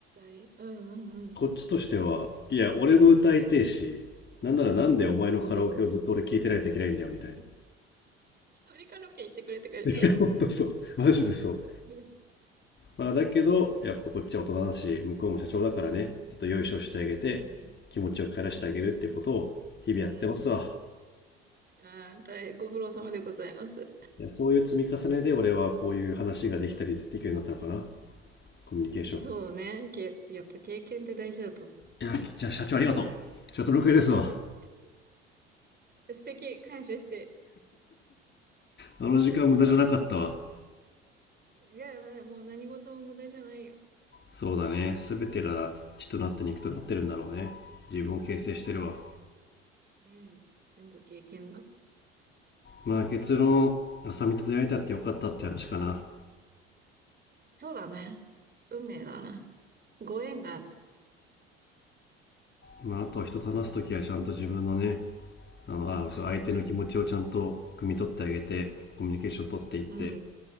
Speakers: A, on the right (about 30°); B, on the left (about 35°).
A: 違い。うんうんうん。
B: こっちとしてはいや俺も歌いてえしなんならなんでお前のカラオケをずっと俺聞いてないといけないんだよみたい
A: うんうんうん。そうだよね。うん一人カラオケ行ってくれてくれ。
B: な。<laughs> 本当そうマジでそう。
A: うん。
B: まあだけどやっぱこっちは大人だし向こうも社長だからねちょっとよいしょしてあげて気持ちを帰らしてあげるってことを日々やってますわ。
A: うん。うん。うん。うん。ああ、大変ご苦労様でございます。
B: いやそういう積み重ねで俺はこういう話ができたりできるようになったのかなコミュニケーションが。
A: そうね。け、やっぱ経験って大事だと思
B: いや、じゃあ社長ありがとうシャトル系ですわ。
A: う。す素敵、感謝して。
B: あの時間無駄じゃなかったわ。
A: いや、まあもう何事も無駄じゃないよ。
B: そうだね。すべてが血となって肉となってるんだろうね。
A: うん。
B: 自分を形成してるわ。
A: そうだよ。うん。全部経験だ。
B: まあ結論、浅見と出会えたってよかったって話かな。
A: そうだね。運命だな。ご縁が、
B: まああとは人と話すときはちゃんと自分のね、あの、あ、嘘、相手の気持ちをちゃんと汲み取ってあげて、
A: うん、
B: コミュニケーション取っていって、
A: うん、